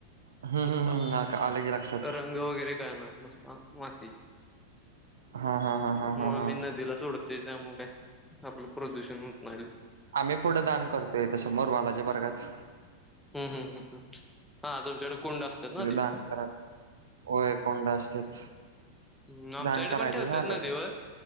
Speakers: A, on the right; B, in the centre.
A: हम्म,
B: नुसता,
A: हम्म, हम्म. हा का, आलं की लक्षात
B: रंग वगैरे काय नाय नुसता माती
A: हा हा हा
B: त्यामुळे
A: हा हा
B: आम्ही
A: हा
B: नदीला सोडतो. ते त्यामुळे काय? आपलं प्रदूषण होत नाय.
A: आम्ही पुढं दान करतोय तस समोर वालाजी वर्गात
B: हम् हम्म हम्म हम् हा तुमच्याकडे कुंड असतात
A: तिथं
B: ना ते
A: दान करा होय कुंड असतात.
B: ह आमच्या
A: दान
B: इकडे
A: करायचं
B: पण ठेवत्यात
A: झालं
B: नदीवर